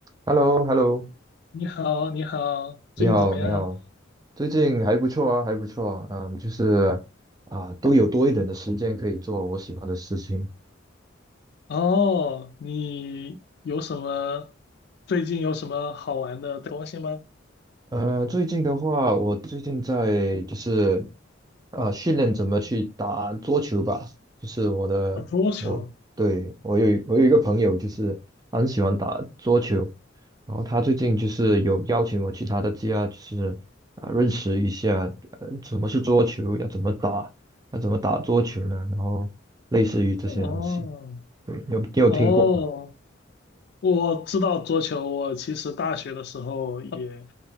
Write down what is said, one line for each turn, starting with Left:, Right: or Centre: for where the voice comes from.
Right: h e l l o h e l l o
Left: 你好，你好，最近怎么样啊？
Right: 你好，你好，最近还不错啊，还不错啊，嗯，就是啊，都有多一点的时间可以做我喜欢的事情，
Left: 哦，你有什么，最近有什么好玩的东西吗？
Right: 呃，最近的话，我最近在就是啊、呃训练怎么去打桌球吧。就是我的我对我有我有一个朋友，
Left: 啊，桌球。
Right: 就是他很喜欢打桌球，然后他最近就是有邀请我去他的家，就是啊、认识一下呃什么是桌球，要怎么打，要怎么打桌球呢？然后类似于这些东西。
Left: 哦，
Right: 对，你有你有听过？
Left: 哦，我知道桌球。我其实大学的时候也